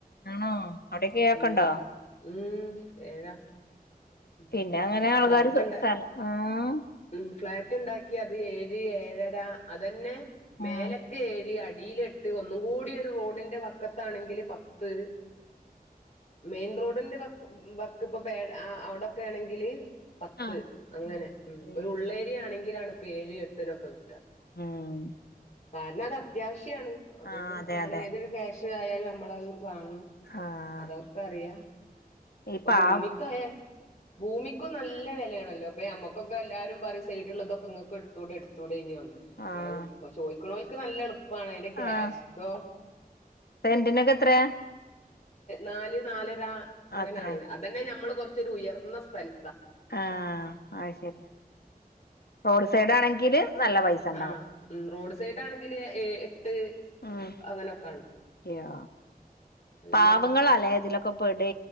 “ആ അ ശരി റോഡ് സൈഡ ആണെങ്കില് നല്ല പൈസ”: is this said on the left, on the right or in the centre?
Left